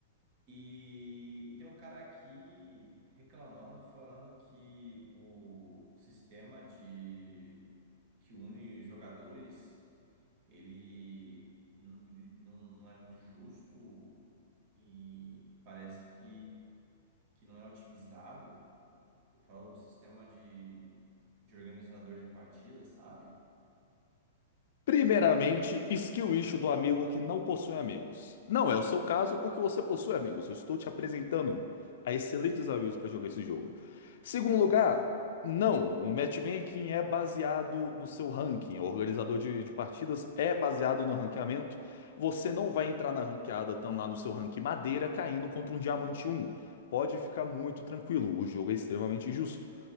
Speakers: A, on the right (about 35°); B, on the left (about 65°).
A: E, e tem um cara aqui reclamando, falando que o, o sistema de que une jogadores. ele, n- ele não, não é muito justo e, e parece que, que não é otimizado. Eu falo o sistema de, de organizador de partidas, sabe?
B: Primeiramente, skill issue do amigo que não possui amigos. Não é o seu caso porque você possui amigos. Eu estou te apresentando a excelentes amigos para jogar esse jogo. Segundo lugar, não, o matchmaking é baseado no seu ranking. O organizador de, de partidas é baseado no ranqueamento. Você não vai entrar na ranqueada tão lá no seu ranking madeira caindo contra um diamante um. Pode ficar muito tranquilo, o jogo é extremamente justo.